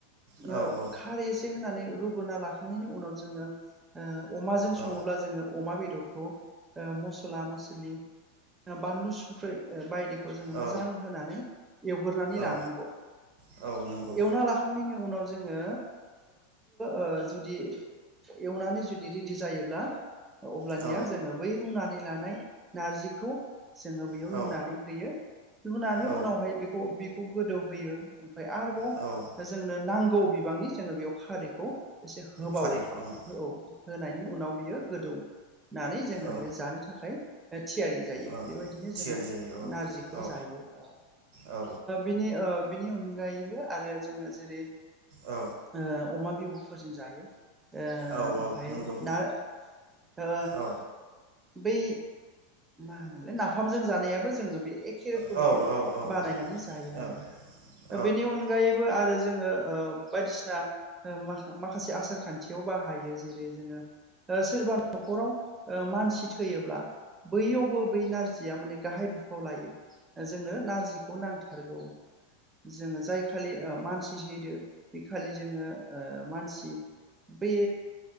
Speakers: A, on the right; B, on the right.
A: औ
B: ओ
A: औ
B: खारै एसे होनानै रुगोना लाखांनायनि उनाव जोङो ओ अमाजों सङोब्ला
A: औ
B: जोङो अमा बेदर खौ ओ मसला मस्लि ओ बानलु संख्रै ओ बायदिखौ जोङो मोजां
A: औ
B: होनानै एवगोरानै लानांगौ।
A: औ औ नंगौ
B: एवना लाखांनायनि उनाव जोङो ओ जुदि एवनानै जुदि रेडि जायोब्ला अब्लानिया
A: औ
B: जोङो बै रुनानै लानाय नारजिखौ जोङो बेयाव
A: औ
B: लुनानै होयो लुनानै
A: औ
B: उनावहाय बेखौ बेखौ गोदौहोयो ओमफ्राय आरोबाव
A: औ
B: जोंनो नां गौ बिबांनि जोङो बेयाव खारिखौ एसे होबावो
A: खारैखौ ओं
B: औ होनायनि उनाव बियो गोदौ होननानै जोङो
A: औ
B: बे जानो थाखाय ए थियारि जायो
A: ओ
B: बेबायदिनो
A: थियारि
B: जोङो
A: जायो औ
B: नारजिखौ
A: औ
B: जायो ओ
A: औ
B: बिनि ओ बिनि अनगायैबो आरो जोंङो जेरै
A: औ
B: ओ अमा बि बुफोर जों जायो। ओ
A: औ
B: ओमफाय
A: औ नंगौ
B: ना ओ
A: औ
B: बै मा होनलाय नाफामजों जानाय बो जोङो बे एखे रोखोमैनो
A: औ औ औ
B: बानायनानै जायो आरो
A: औ औ आदसा औ
B: बेनि अनगायैबो आरो जोङो ओ बायदिसिना माखासे आसार खान्थियाव बाहायो जेरै जोङो सोरबा न'खराव मानसि थैयोब्ला। बैयावबो बै नारजिया माने गाहाइ फाव लायो। जोंनो नारजिखौ नांथारगौ। जोङो जाय खालि मा एस चि चि होदो बिखालि जोङो मानसि बे